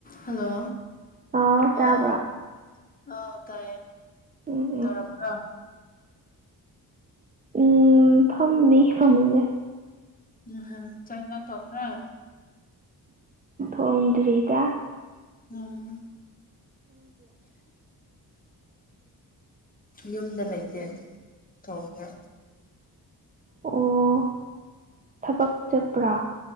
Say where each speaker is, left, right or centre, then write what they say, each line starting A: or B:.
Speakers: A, on the left; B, on the right.
A: hello
B: ꯑꯥꯎ ꯇꯥꯕ꯭ꯔꯣ
A: ꯑꯥꯎ ꯇꯥꯏꯌꯦ
B: ꯎꯝ ꯎꯝ
A: ꯇꯧꯔꯝꯕ꯭ꯔꯣ
B: ꯎꯝ ꯐꯝꯃꯤ ꯐꯝꯃꯨꯡꯗꯦ
A: ꯎꯝꯝ ꯆꯥꯏꯅ ꯇꯣ꯭ꯔ
B: ꯊꯧꯟꯔꯤꯗ
A: ꯎꯝ ꯎ ꯌꯨꯝꯗ ꯂꯩꯇꯦꯜ ꯊꯣꯡꯉꯦ
B: ꯑꯣ ꯊꯕꯛ ꯆꯠꯄ꯭ꯔꯥ